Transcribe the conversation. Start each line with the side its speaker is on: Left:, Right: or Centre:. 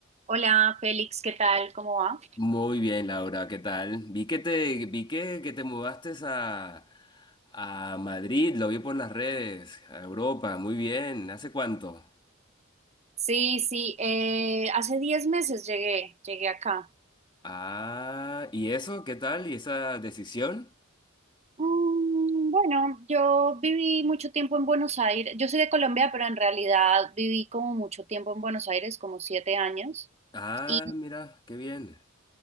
Right: Hola, Félix, ¿qué tal? ¿Cómo va?
Left: Muy bien, Laura, ¿qué tal? Vi que te, vi que, que te mudaste a, a Madrid, lo vi por las redes, a Europa, muy bien, ¿hace cuánto?
Right: Sí, sí, eh, hace 10 meses llegué, llegué acá.
Left: Ah, ¿y eso? ¿Qué tal? ¿Y esa decisión?
Right: Mm, bueno, yo viví mucho tiempo en Buenos Aires. Yo soy de Colombia, pero en realidad viví como mucho tiempo en Buenos Aires, como siete años.
Left: Ah,
Right: Y
Left: mira, qué bien.